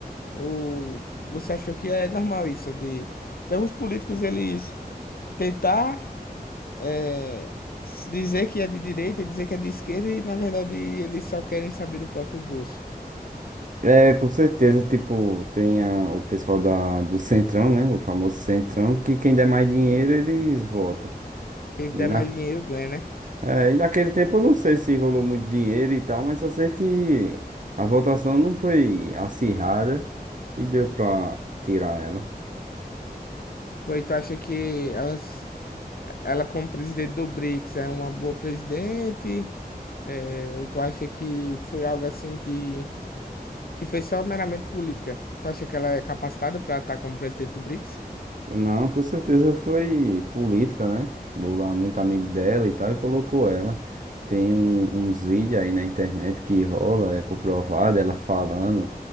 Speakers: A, on the left; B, on the right.
A: Ou você achou que é normal isso de, de alguns políticos eles tentar eh, se dizer que é de direita e dizer que é de esquerda e, na verdade, eles só querem saber do próprio bolso.
B: É, com certeza, tipo, tem a- o pessoal da, do Centrão, né? O famoso Centrão, que quem der mais dinheiro, eles votam.
A: Quem
B: E,
A: der
B: na,
A: mais dinheiro ganha, né?
B: é, e naquele tempo eu não sei se rolou muito dinheiro e tal, mas só sei que a votação não foi acirrada e deu pra tirar ela.
A: Foi, tu acha que elas, ela como presidente do BRICS é uma boa presidente? É, ou tu acha que foi algo assim que, que foi só meramente política? Tu acha que ela é capacitada para estar como presidente do BRICS?
B: Não, com certeza foi política, né? Lula, é muito amigo dela e tal, e colocou ela. Tem um- uns vídeos aí na internet que rola, é comprovado, ela falando,